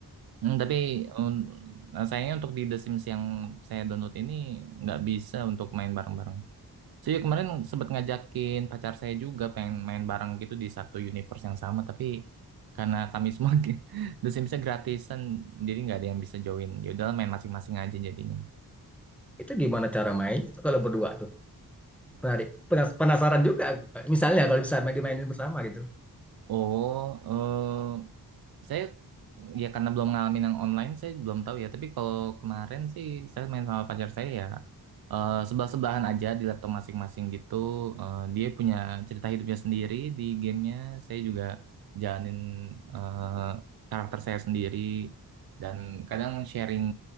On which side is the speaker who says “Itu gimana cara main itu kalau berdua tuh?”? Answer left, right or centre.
Centre